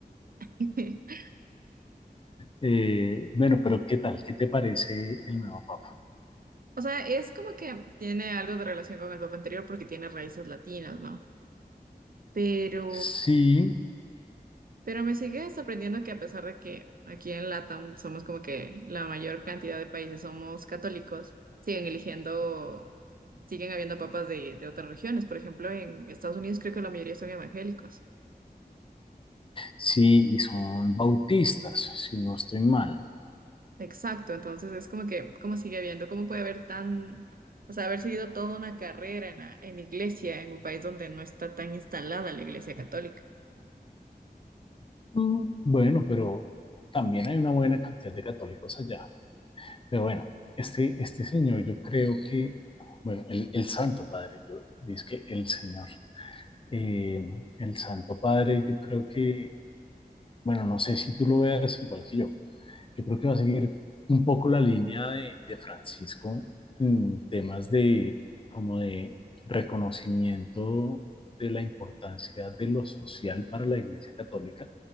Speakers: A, on the right; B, on the left.
A: <laughs>
B: Eh, bueno, pero ¿qué tal? ¿Qué te parece el nuevo papa?
A: O sea, es como que tiene algo de relación con el Papa anterior porque tiene raíces latinas, ¿no? Pero
B: Sí,
A: Pero me sigue sorprendiendo que a pesar de que aquí en LATAM somos como que la mayor cantidad de países somos católicos, siguen eligiendo, siguen habiendo papas de, de otras regiones. Por ejemplo, en Estados Unidos creo que la mayoría son evangélicos.
B: sí, y son bautistas, si no estoy mal.
A: Exacto, entonces es como que, ¿cómo sigue habiendo? ¿Cómo puede haber tan, o sea, haber seguido toda una carrera en la, en la iglesia, en un país donde no está tan instalada la iglesia católica?
B: Mm, Bueno, pero también hay una buena cantidad de católicos allá. Pero bueno, este, este señor, yo creo que, bueno, el, el Santo Padre, yo dice que el Señor, eh, el Santo Padre, yo creo que, bueno, no sé si tú lo veas igual que yo, yo creo que va a seguir un poco la línea de, de Francisco en temas de como de reconocimiento de la importancia de lo social para la Iglesia Católica,